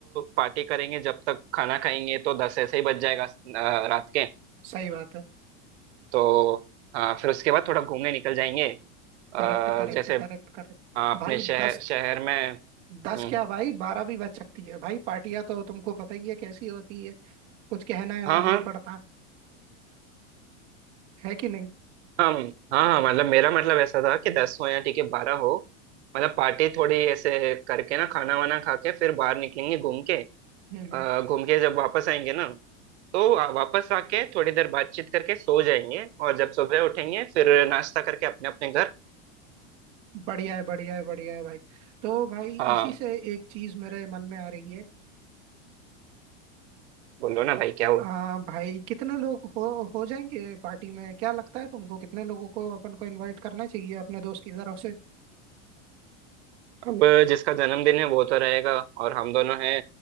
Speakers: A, on the right; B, on the right.
A: पार्टी करेंगे जब तक खाना खाएंगे तो दस ऐसे ही बज जाएगा आ, रात के
B: सही बात है
A: तो हाँ फिर उसके बाद थोड़ा घूमने निकल जाएंगे आ,
B: Correct correct
A: जैसे
B: correct correct
A: आ, अपने
B: भाई
A: शहर
B: दस
A: शहर में
B: दस
A: हम्म,
B: क्या भाई बारह भी बच सकती है भाई पार्टियां तो तुमको पता ही है कैसी होती है कुछ कहना है
A: हाँ
B: ना नहीं
A: हाँ
B: पड़ता है कि नहीं
A: हाँ हाँ हाँ मतलब मेरा मतलब ऐसा था कि दस हो या ठीक है बारह हो मतलब पार्टी थोड़ी ऐसे करके ना खाना वाना खा के फिर बाहर निकलेंगे घूम के
B: हम्म हम्म
A: आ, घूम के जब वापस आएंगे ना तो आ- वापस आके थोड़ी देर बातचीत करके सो जाएंगे और जब सुबह उठेंगे फिर नाश्ता करके अपने अपने घर
B: बढ़िया है बढ़िया है बढ़िया है भाई तो भाई
A: हाँ
B: इसी से एक चीज मेरे मन में आ रही है
A: बोलो ना भाई क्या हुआ
B: आ, भाई कितने लोग हो हो जाएंगे पार्टी में क्या लगता है तुमको कितने लोगों को अपन को इनवाइट करना चाहिए अपने दोस्त की तरफ से
A: अब जिसका जन्मदिन है वो तो रहेगा और हम दोनों हैं